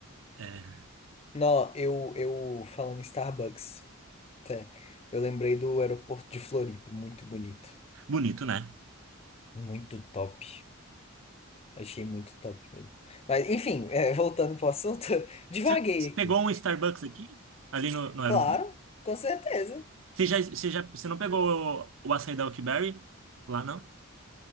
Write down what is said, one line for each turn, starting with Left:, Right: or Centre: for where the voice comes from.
Right: é
Left: Não, eu, eu falando em Starbucks, até, eu lembrei do aeroporto de Floripa, muito bonito.
Right: bonito, né?
Left: Muito top. Achei muito top mesmo. Mas, enfim, é, voltando pro assunto, <laughs> divaguei
Right: Você você
Left: aqui.
Right: pegou um Starbucks aqui, ali no, no aeroporto?
Left: Claro, com certeza.
Right: Você já, você já, você não pegou o, o açaí da Oakberry lá, não?